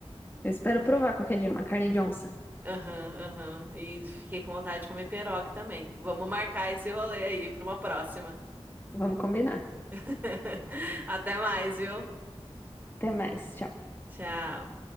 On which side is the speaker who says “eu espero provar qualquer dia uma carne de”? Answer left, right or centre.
Left